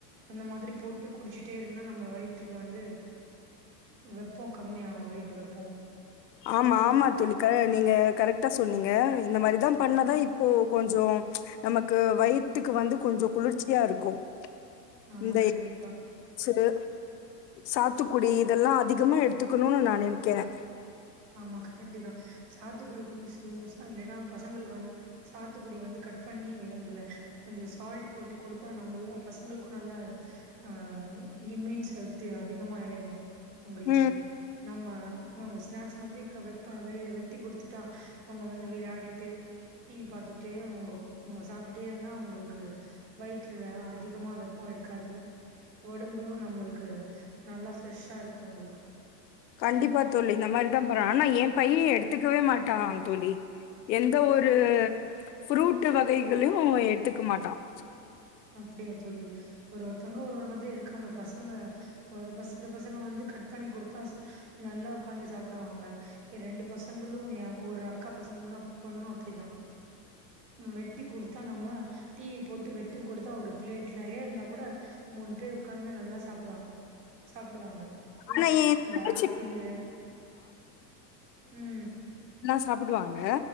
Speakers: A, on the right; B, on the left.
A: அந்த மாரி போட்டு குடிச்சுட்டே இருந்தா நம்ம வயிற்றுக்கு வந்து வெப்பம் கம்மிய ஆகும் வயிற்றுட்டு வெப்பம்
B: ஆமா ஆமா தோழி நீங்க கரெக்டா சொன்னீங்க இந்த மாரி தா பண்ணுனா தா இப்போ கொஞ்சம் நமக்கு வயிற்றுக்கு வந்து கொஞ்சம் குளிர்ச்சியா இருக்கும்
A: ஆமா
B: இந்த
A: கண்டிப்பா
B: சுடு சாத்துக்குடி இதெல்லாம் அதிகமா எடுத்துக்கனும் நா நெனைக்கிறேன்
A: ஆமா கரெக்டு தான் சாத்துக்குடி ஜூஸ் இல்லன்னா பசங்களுக்கு வந்து சாத்துக்குடி வந்து கட் பண்ணி அதுல கொஞ்சோ சால்ட் போட்டு குடுத்தா நம்ம பசங்களுக்கும் நல்லா அ இமீன் சத்து அதிகமா ஆயிரும் உங்களுக்கு
B: ம்
A: நம்ம நவஸ் ஸ்நாக்ஸ் மட்டும் வெ வெட்டி குடுத்துட்டா அவங்க வந்து விளயாடிட்டு டிவி பாத்துட்டு உங்க உங்க சாப்பிட்டுட்டே இருந்தா அவங்களுக்கு வயிற்றுல அதிகமா வெப்பம் இருக்காது உடம்பும் நம்மளுக்கு நல்லா ஃப்ரெஷ்ஷா இருக்கும் உங்களுக்கு
B: கண்டிப்பா தோழி நம்ம இந்த மாரி தா போறேன் ஆனா ஏன் பையன் எடுத்துக்கவே மாட்டான் தோழி எந்த ஒரு ஃப்ரூட் வகைகளும் எடுத்துக்க மாட்டான்
A: அப்டியா தோழி ஒரு ஒருத்தங்க ஒரு ஒரு மாதிரி இருக் க்காங்க பசங்க சில பசங்க வந்து கட் பண்ணி குடுத்தா நல்லா உக்காந்து சாப்பிடுவாங்க என் ரெண்டு பசங்களும் ஒரு அக்கா பசங்களும் பொண்ணும் அப்டிதான் வெட்டி குடுத்தா நம்ம டிவி போட்டு வெட் டி குடுத்தா ஒரு பிளேட் நெறைய இருந்தா கூட மூணு பேர் உக்காந்து நல்லா சாப்பிடுவான் சாப்பிடுவாங்க ஃப்ரூட்ஸ்
B: ஆனா என்
A: அந்த
B: தங்கச்சி
A: ஆப்பிலு ம்
B: நல்லா சாப்பிடுவாங்க